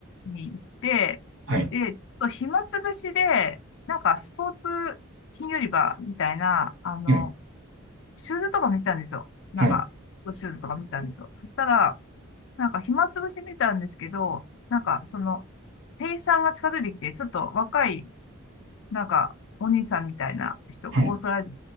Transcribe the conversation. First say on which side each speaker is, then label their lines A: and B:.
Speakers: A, on the left (about 60°); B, on the right (about 60°).
A: に行って、
B: はい、
A: で、ちょっと暇つぶしで、なんかスポーツ金売り場みたいな、あの、
B: はい、
A: シューズとか見たんですよ。なんか、
B: はい、
A: シューズとか見たんですよ。そしたら、なんか暇つぶし見たんですけど、なんかその、店員さんが近づいてきて、ちょっと若いなんか、お兄さんみたいな人がオーストラリ
B: はい、